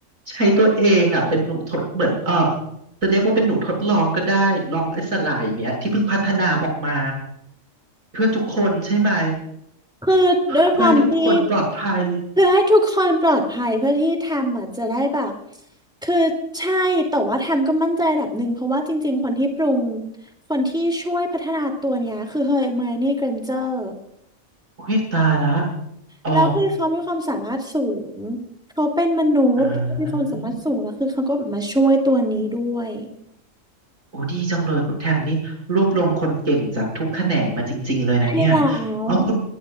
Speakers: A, on the right (about 85°); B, in the centre.
A: ใช้ตัวเองอ่ะเป็นหนูทดเหมือนเออจะเรียกว่าเป็นหนูทดลองก็ได้ลองไอ้สลายเนี้ยที่เพิ่งพัฒนาออกมาเพื่อทุกคนใช่ไหม
B: คือด้วยความที่
A: เพื่อให้ทุกคนปลอดภัย
B: เพื่อให้ทุกคนปลอดภัยเพื่อที่แทมอ่ะจะได้แบบคือใช่แต่ว่าแทมก็มั่นใจระดับหนึ่งเพราะว่าจริงๆคนที่ปรุงคนที่ช่วยพัฒนาตัวเนี้ยคือเฮอร์ไมโอนี่เกรนเจอร์
A: อุ้ยตายละอ๋อ
B: แล้วคือเขามีความสามารถสูงเขาเป็นมนุษย์เขามีความสามารถสูงแล้วคือเขาก็แบบมาช่วยตัวนี้ด้วย
A: อ่าโอ้ดีจังเลยคุณแทมนี่รวบรวมคนเก่งจากทุกแขนงมาจริงๆเลยนะเนี่ย
B: ใช่แล้ว
A: อ๋อคุณ